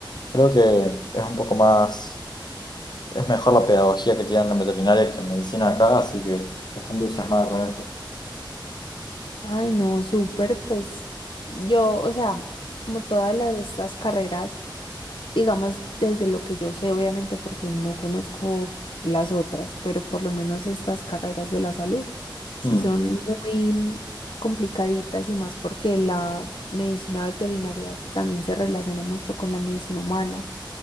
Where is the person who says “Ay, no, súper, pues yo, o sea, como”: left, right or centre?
Left